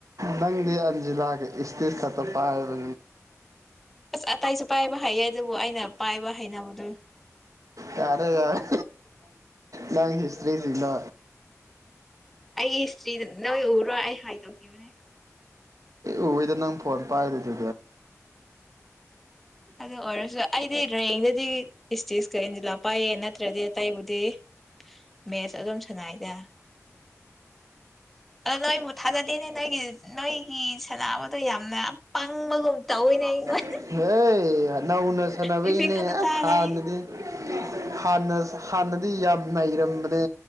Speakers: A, on the right; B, in the centre.
A: ꯅꯪꯗꯤ ꯑꯟꯖꯤ ꯂꯒꯦ ꯏꯁꯇꯤꯔ ꯊꯠꯇ ꯄꯥꯔꯕ
B: ꯑꯁ ꯑꯇꯇꯩꯁꯨ ꯄꯥꯏꯕ ꯍꯥꯏꯩꯌꯦ ꯑꯗꯨꯕꯨ ꯑꯩꯅ ꯄꯥꯏꯕ ꯍꯥꯏꯅꯕꯨꯗꯨ
A: ꯌꯥꯔꯦ ꯌꯥꯔꯦ ꯅꯪꯁꯤ ꯔꯤꯁꯤꯡꯅ
B: ꯑꯩꯒꯤ ꯍꯤꯁꯇ꯭ꯔꯤꯗ ꯅꯣꯏ ꯎꯔꯣ ꯑꯩ ꯍꯥꯏ ꯇꯧꯈꯤꯕꯅꯦ
A: ꯎꯣꯏꯗ ꯅꯪ ꯐꯣꯟ ꯄꯥꯢꯗꯨꯗꯤ
B: ꯑꯗꯨ ꯑꯣꯏꯔꯁꯨ ꯑꯩꯗꯤ ꯔꯌꯦꯡꯗꯗꯤ ꯏꯁꯇꯤꯁꯀ ꯏꯟꯖꯤꯜꯂꯥ ꯄꯥꯏꯑ ꯅꯠꯇ꯭ꯔꯗꯤ ꯑꯇꯩꯕꯨꯗꯤ ꯃꯦꯠꯁ ꯑꯗꯨꯝ ꯁꯅꯥꯏꯗ ꯑꯗꯣ ꯅꯣꯏ ꯃꯨꯊꯥꯗꯤꯅꯦ ꯅꯣꯏ ꯀ ꯅꯣꯏꯒꯤ ꯁꯥꯟꯕꯗꯣ ꯌꯥꯝꯅ ꯄꯪꯕꯒꯨꯝ ꯇꯧꯋꯏꯅꯦ ꯑꯩꯉꯣꯟ
A: ꯍ ꯍꯥꯏ ꯅꯧꯅ ꯁꯥꯟꯅꯕꯒꯤꯅꯦ
B: ꯗꯤꯐꯤꯛ ꯈꯛꯇ
A: ꯑ
B: ꯆꯥꯒꯅꯤ
A: ꯍꯥꯟꯅꯗꯤ ꯍꯅ ꯍꯥꯟꯅꯗꯤ ꯌꯥꯝ ꯅꯩꯔꯝꯕꯅꯦ